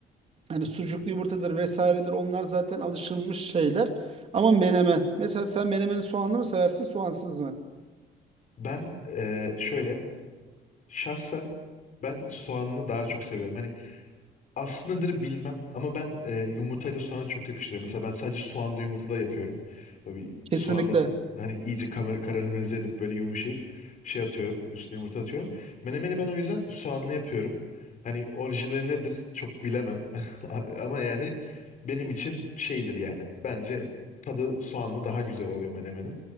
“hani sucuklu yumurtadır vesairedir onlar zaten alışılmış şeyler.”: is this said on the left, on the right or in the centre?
Right